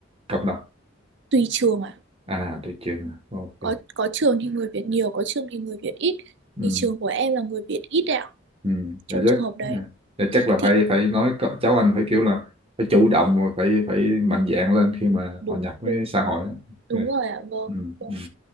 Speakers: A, on the right; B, on the right.
A: cộng đồng
B: tùy trường ạ
A: à tôi chưa ok
B: có có trường thì người Việt nhiều có trường thì người Việt ít
A: ừ
B: thì trường của em là người Việt ít đấy ạ
A: ừ.
B: trong
A: Dạ chắc
B: trường hợp đấy
A: dạ chắc là
B: thì
A: phải phải nói có- cháu anh phải kiểu là phải chủ động và phải phải mạnh dạn lên khi mà
B: đúng
A: hòa nhập với
B: đúng
A: xã hội
B: đúng
A: ok
B: rồi ạ vâng
A: ừ.
B: vâng
A: Ừ.